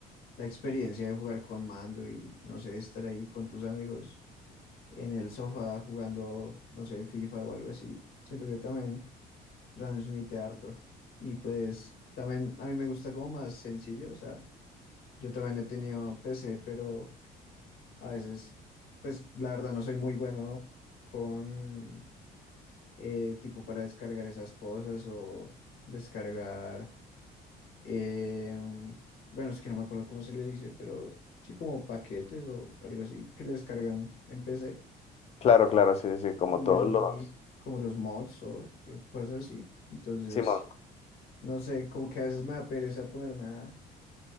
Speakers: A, on the left (about 85°); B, on the left (about 40°).
A: la experiencia de jugar con mando y no sé, estar ahí con tus amigos en el sofá jugando, no sé, FIFA o algo así, siento que también transmite harto. Y pues también a mí me gusta como más sencillo, o sea, yo también he tenido PC, pero a veces, pues la verdad no soy muy bueno con eh, tipo para descargar esas cosas o descargar eh, bueno, es que no me acuerdo cómo se le dice, pero sí como paquetes o algo así que le descargan en PC
B: Claro, claro, sí, sí, sí, como
A: y
B: todos los...
A: como los mods o cosas así. Entonces,
B: Simón.
A: no sé, como que a veces me da pereza ponerme a,